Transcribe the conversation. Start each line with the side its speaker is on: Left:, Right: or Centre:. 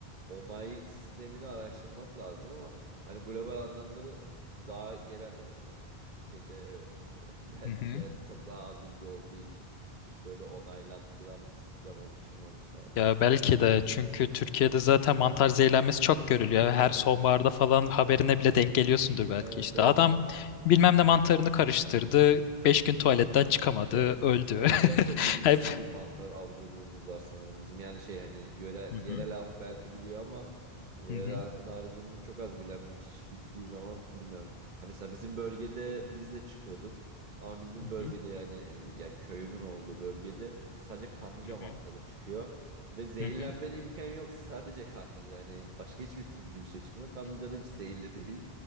Right: onay sistemini araştırmak lazım ama hani global anlamda da daha yereldir hani Türkiye'de evet <laughs> belki
Left: Hı hı.
Right: de hani çok daha az ilgi olduğu için hiç böyle onaylattıran bir sistem oluşturmamışlardır.
Left: Ya belki de çünkü Türkiye'de zaten mantar zehirlenmesi çok görülüyor. Her sonbaharda falan haberine bile denk geliyorsundur belki
Right: Evet
Left: işte.
Right: evet.
Left: Adam bilmem ne mantarını karıştırdı. Beş gün tuvaletten çıkamadı.
Right: <laughs>
Left: Öldü.
Right: Evet biraz çok
Left: <laughs>
Right: bilinçsiz
Left: Hep.
Right: bir mantar avcılığımız var sanırım bizim. Yani şey hani yöre,
Left: Hı
Right: yerel
Left: hı,
Right: halk belki biliyor ama hani yerel
Left: hı hı,
Right: halkın haricinde çok az bilen bir kişi gittiği zaman bilmiyorum. Ha mesela bizim bölgede biz de çıkıyorduk. Ama bizim
Left: hı
Right: bölgede
Left: hı,
Right: yani e, yani köyümün olduğu bölgede sadece kanlıca
Left: hı
Right: mantarı
Left: hı,
Right: çıkıyor. Ve zehirlenmene
Left: hı hı.
Right: imkan yok. Sadece kanlıca. Yani başka hiçbir türlü bir şey çıkmıyor. Kanlıca da hiç zehirli değil.